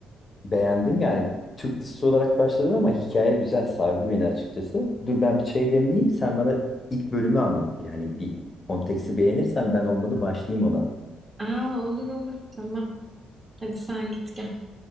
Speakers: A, on the left (about 35°); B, on the right (about 20°).
A: Beğendim yani. Türk dizisi olarak başladın ama hikaye güzel sardı beni açıkçası. Dur ben bir çay demleyeyim. Sen bana ilk bölümü anlat. Yani bir konteksti beğenirsen ben olmadı başlayayım ona.
B: Aa, olur olur. Tamam. Hadi sen git gel.